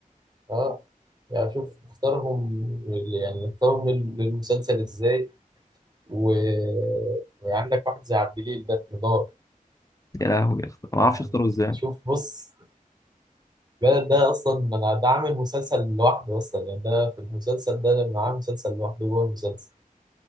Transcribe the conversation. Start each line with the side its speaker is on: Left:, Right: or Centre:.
Right: اه يعني شوف اختارهم لل- يعني اختارهم لل- للمسلسل ازاي و... وعندك واحد زي عبد الجليل ده نضال
Left: يا لهوي يا اسطى ما
Right: يعني
Left: اعرفش اختاره ازاي
Right: شوف بص ده ده اصلا انا ده عامل مسلسل لوحده اصلا يعني ده في المسلسل ده لما عامل مسلسل لوحده جوه المسلسل